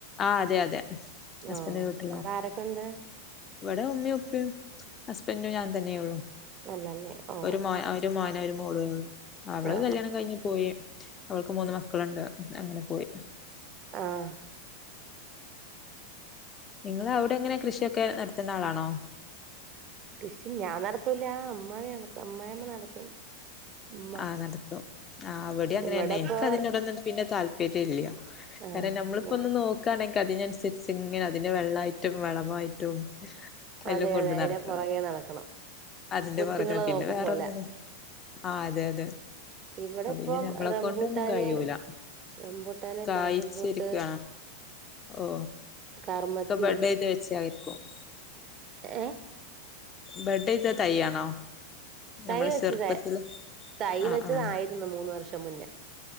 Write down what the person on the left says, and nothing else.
ആഹ് അതെ അതെ ഹസ്ബെന്റിന്റെ
വീട്ടിലാ
ഇവിടെ ഉമ്മയും ഉപ്പയും ഹസ്ബൻറും ഞാൻ തന്നെയെ ഉള്ളു
ഒരു മോൻ ഒരു മോനു ഒരു മോളേ ഉള്ളൂ അവള്
കല്യാണം കഴിഞ്ഞഞ് പോയി ഓൾക്ക് മൂന്ന് മക്കളുണ്ട് അങ്ങനെ പോയി
നിങ്ങളവിടെങ്ങനെ കൃഷിയൊക്കെ നടത്തുന്ന ആളാണോ
ആഹ് നടത്തും ആഹ് ഇവിടേം അങ്ങനെ
തന്നെ എനിക്ക് അതിനോടൊന്നും പിന്നെ താല്പര്യല്ല്യ
കാരണം നമ്മളിപ്പോ ഒന്ന് നോക്ക ക്കാണെങ്കിൽ അതിനനുസരിച്ച് ഇങ്ങനെ അതിന്റെ വെള്ളമായിട്ടും വളമായിട്ടും എല്ലാം
കൊണ്ട്
നടക്കണം
അതിന്റെ
പുറകെ പിന്നെ
വേറെ
ഒന്നിനും ആഹ് അതെ അതെ
പിന്നെ ഞമ്മളെ
കൊണ്ടൊന്നും കഴൂല
കായിച്ചിരിക്ക
ഓ
<inaudible> വെച്ച് ആയിപ്പോ <inaudible>
ബഡ് ചെയ്ത തൈയാണോ നമ്മള്
ചെറുപ്പത്തില്
ആഹ്
ആഹ്